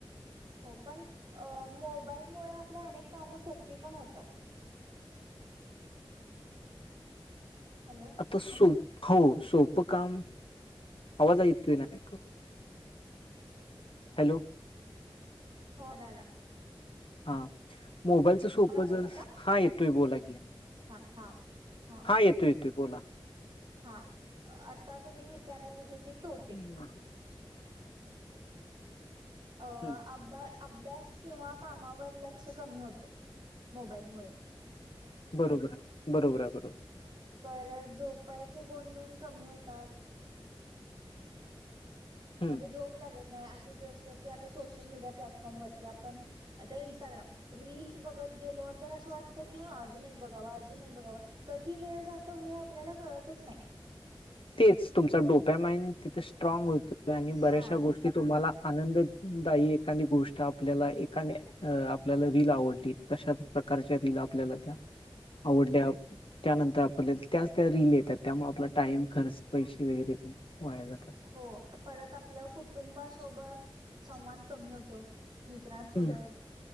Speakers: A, on the right; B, on the left.
A: हो पण अ मोबाईलमुळे आपले अनेक कामं सोपी पण होतात. ह <unintelligible> हॅलो!
B: आता सोप हो सोपं काम आवाज आहे हलो हॅलो!
A: हो आला आला.
B: हा मोबाईलच सोपं
A: आवाज आला
B: ज
A: का?
B: हा येतोय बोला
A: हा हा हा.
B: हां येतो येतोय बोला.
A: हा आता तुम्ही विचारला जसं की टोटे
B: हम्म,
A: अ अ
B: हम्म.
A: -अभ्यास किंवा कामावर लक्ष कमी होतो मोबाईलमुळे.
B: बरोबर आहे बरोबर आहे बरोबर.
A: परत झोपायचे गुणवेन कमी होतात.
B: हम्
A: म्हणजे झोप लागत नाही असं जसं की आता सोशल मीडिया प्लॅटफॉर्म वरती आपण आता इंस्टाग्राम रिल्स बघत गेलो तर असं वाटतं की हा अजून एक बघाव अजून एक बघाव. कधी वेळ जातो हे आपल्याला कळतच नाही.
B: तेच तुमचा डोप्या माइंड तिथे स्ट्राग होतो आणि बऱ्याचशा
A: हा
B: गोष्टी की तुम्हाला आनंददायी एखादी गोष्ट आपल्याला एखाद्या आपल्याला रील आवडली. तशा प्रकारच्या रील आपल्याला त्या. आवडल्या त्यानंतर आपल्या त्याच त्या रील येतात त्यामुळे आपला टाइम खर्च पैसे वेगैरे वाया जातात.
A: हो परत आपलं कुटुंबासोबत संवाद कमी होतो. मित्रांसोबत
B: हम्म